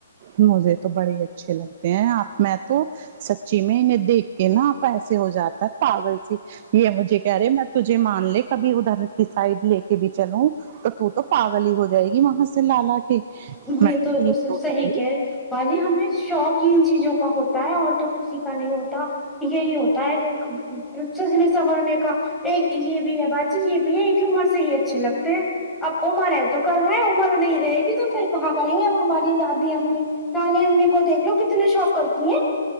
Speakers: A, on the right; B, in the centre.
A: مجھے تو بڑے ہی اچھے لگتے ہیں آپ میں تو سچی میں انہیں دیکھ کے نا آپا ایسے ہو جاتا پاگل سی یے مجھے کہہ رہے میں تجھے مان لے کبھی ادھر کی سائڈ لے کے بھی چلوں تو تو تو پاگل ہی ہو جائے گی وہاں سے لالا کے
B: یے تو
A: یہ
B: صحیح
A: ہے
B: کہہ رہے باجی ہمیں شوق ان چیزوں کا ہوتا ہے اور تو کسی کا نہیں ہوتا یہی ہوتا ہے سجنے سورنے کا اور یے بھی ہے باجی یے بھی ایک ہی عمر سے ہی اچھے لگتے ہیں اب عمر ہے تو کر رہے ہیں عمر نہیں رہے گی تو پھر کہاں کریں گے اب ہماری دادی امی نانی امی کو دیھکھ لو کتنے شوق کرتی ہیں